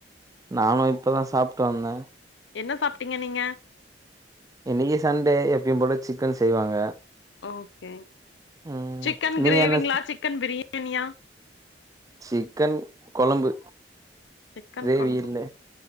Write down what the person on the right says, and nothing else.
நானு இப்பதா சாப்ட்டு வந்த
இன்னிக்கு சண்டே எப்பயு போல சிக்கன் செய்வாங்க
ம்
நீங்க
என்ன
சிக்கன் கொழம்பு
கிரேவி
இல்ல